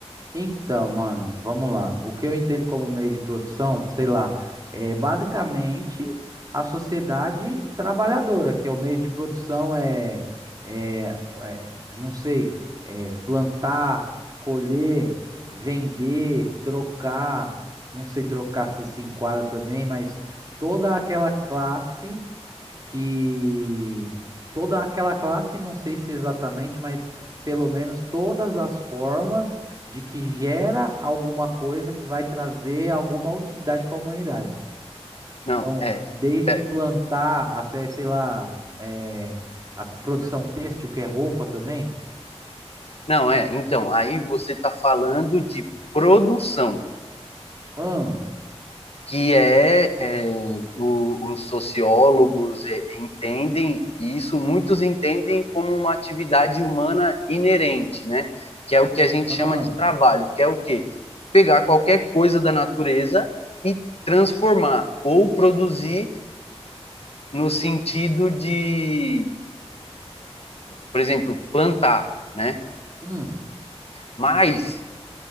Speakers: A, on the right (about 35°); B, on the left (about 65°).
A: Então, mano, vamos lá. O que eu entendo como meio de produção, sei lá, é basicamente a sociedade trabalhadora, que é o meio de produção é, é, f- é, não sei, é plantar, colher, vender, trocar, não sei trocar se se enquadra também, mas toda aquela classe que toda aquela classe, não sei se exatamente, mas pelo menos todas as formas de que gera alguma coisa que vai trazer alguma utilidade para a humanidade.
B: Não,
A: Então,
B: é.
A: desde
B: é
A: plantar até, sei lá, é, a produção têxtil, que é roupa também.
B: não, é. Então, aí você está falando de produção,
A: Ahn,
B: que é, é o, os sociólogos é, entendem isso, muitos entendem como uma atividade humana inerente, né? Que é o que a gente
A: ahn,
B: chama de trabalho, que é o quê? Pegar qualquer coisa da natureza e transformar ou produzir no sentido de por exemplo, plantar, né?
A: hum,
B: Mas